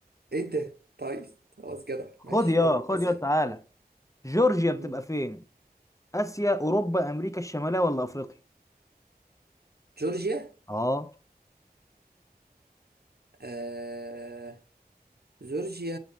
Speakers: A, on the right; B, on the left.
A: ايه ده طيب خلاص جدع
B: خد
A: ماشي
B: يا
A: يلا
B: خد
A: اسأل
B: يا تعالى جورجيا
A: مم.
B: بتبقى فين اسيا اوروبا امريكا الشماليه ولا افريقيا
A: جورجيا
B: اه
A: آه... جورجيا